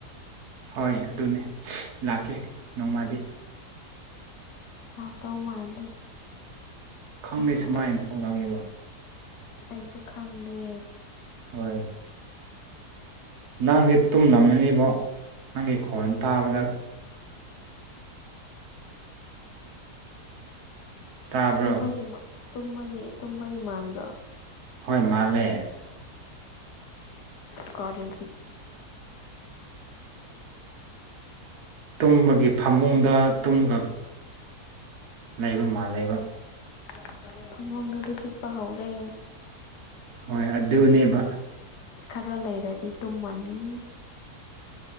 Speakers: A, on the right; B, on the left.
A: ꯍꯣꯏ ꯑꯗꯨꯅꯦ ꯂꯥꯛꯀꯦ ꯅꯣꯡꯃꯗꯤ
B: ꯍꯥꯎ ꯇꯥꯎ ꯃꯥꯜꯂꯤ
A: ꯈꯪꯅꯩꯁꯨ
B: ꯍꯣꯏ ꯍꯣꯏ
A: ꯃꯥꯏꯅ ꯊꯣꯡꯂꯑꯦꯕ
B: ꯑꯩꯁꯨ ꯈꯪꯗꯦ
A: ꯍꯣꯏ ꯅꯪꯁꯦ ꯇꯨꯝꯂꯝꯅꯤꯕꯣ ꯅꯪꯒꯤ ꯈꯣꯟ ꯇꯥꯕꯗ
B: ꯍ
A: ꯇꯥꯕ꯭ꯔꯣ
B: ꯇꯃ ꯒꯤꯃ ꯇꯨꯝꯃꯒꯤ ꯇꯨꯝꯕꯒꯤ ꯃꯥꯟꯗ꯭ꯔꯣ
A: ꯍꯣꯏ ꯃꯥꯂꯦ
B: ꯀ ꯄꯔꯣ
A: ꯇꯨꯝꯕꯒꯤ ꯐꯃꯨꯡꯗ ꯇꯨꯝꯒ ꯂꯩꯕ ꯃꯥꯜꯂꯦꯕ
B: ꯃ ꯐꯃꯨꯡꯗꯗꯤ ꯍꯤꯠꯄ ꯍꯧꯔꯦ
A: ꯍꯣꯏ ꯑꯗꯨꯅꯦꯕ
B: ꯈꯔ ꯂꯩꯔꯗꯤ ꯇꯨꯝꯃꯅꯤ